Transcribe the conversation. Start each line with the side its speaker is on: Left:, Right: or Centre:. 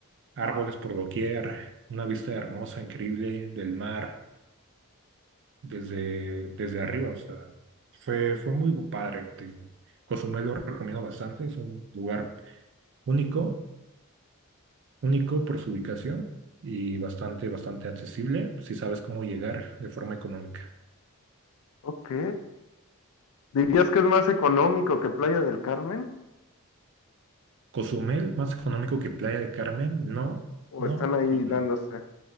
Right: árboles por doquier, una vista hermosa, increíble del mar desde, desde arriba, o sea, fue, fue muy padre, digo. Cozumel lo recomiendo bastante, es un lugar único único por su ubicación y bastante, bastante accesible si sabes cómo llegar de forma económica.
Left: ok. ¿Dirías que es más económico que Playa del Carmen?
Right: Cozumel, más económico que Playa del Carmen, no,
Left: ¿O
Right: no,
Left: están ahí
Right: porque-
Left: dándose?